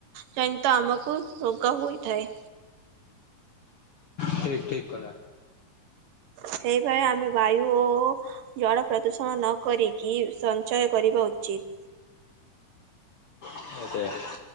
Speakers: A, on the right (about 85°); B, on the left (about 55°).
A: ଜନିତ ଆମକୁ ରୋଗ ହୋଇଥାଏ।
B: ଠିକ୍ ଠିକ୍ କଥା।
A: ସେହିପାଇ ଆମେ ବାୟୁ ଓ ଜଳ ପ୍ରଦୂଷଣ ନକରି କି ସଞ୍ଚୟ କରିବା ଉଚିତ୍
B: <unintelligible>